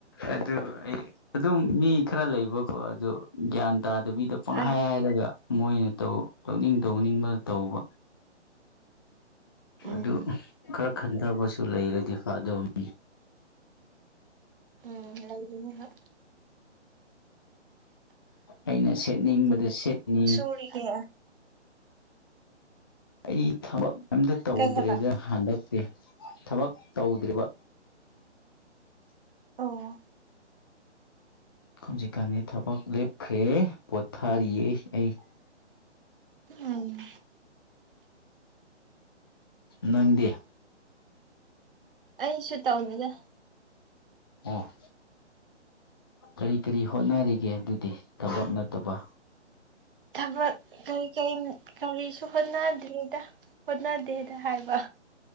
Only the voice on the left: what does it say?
ꯑꯗꯨ ꯑꯩ ꯑꯗꯨꯝ ꯃꯤ ꯈꯔ ꯂꯩꯕꯀꯣ ꯑꯗꯨ ꯒ꯭ꯌꯥꯟ ꯇꯥꯗꯕꯤ ꯑꯗꯨ ꯄꯪꯍꯥꯏ
ꯍꯥꯏꯔꯒ ꯃꯣꯏꯅ ꯇꯧ ꯇꯧꯅꯤꯡ ꯇꯧꯅꯤꯡꯕꯗ ꯇꯧꯕ
ꯑꯗꯨ ꯈꯔ ꯈꯟꯊꯕꯁꯨ ꯂꯩꯔꯗꯤ ꯐꯗꯧꯝꯅꯤ
ꯑꯩꯅ ꯁꯦꯠꯅꯤꯡꯕꯗ ꯁꯦꯠꯅꯤ
ꯑꯩ ꯊꯕꯛ ꯑꯝꯇ ꯇꯧꯗ꯭ꯔꯦꯗ
ꯍꯟꯗꯛꯇꯤ ꯊꯕꯛ ꯇꯧꯗ꯭ꯔꯤꯕ
ꯍꯧꯖꯤꯛꯀꯥꯟꯗꯤ ꯊꯕꯛ ꯂꯦꯞꯈ꯭ꯔꯦ ꯄꯣꯊꯥꯔꯤꯌꯦ ꯑꯩ
ꯅꯪꯗꯤ
ꯑꯣ ꯀꯔꯤ ꯀꯔꯤ ꯍꯣꯠꯅꯔꯤꯒꯦ ꯑꯗꯨꯗꯤ ꯊꯕꯛ ꯅꯠꯇꯕ